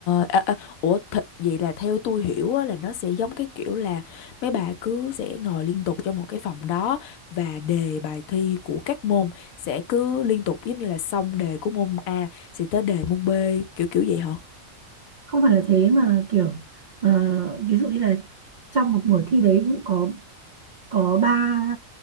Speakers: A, on the left (about 85°); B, on the right (about 65°).
A: à, à, ủa th vậy là theo tôi hiểu á, là nó sẽ giống cái kiểu là mấy bà cứ sẽ ngồi liên tục trong một cái phòng đó và đề bài thi của các môn sẽ cứ liên tục giống như là xong đề của môn A sẽ tới đề môn B kiểu kiểu vậy hả?
B: không phải là thế mà kiểu ờ, ví dụ như là trong một buổi thi đấy ví dụ có có ba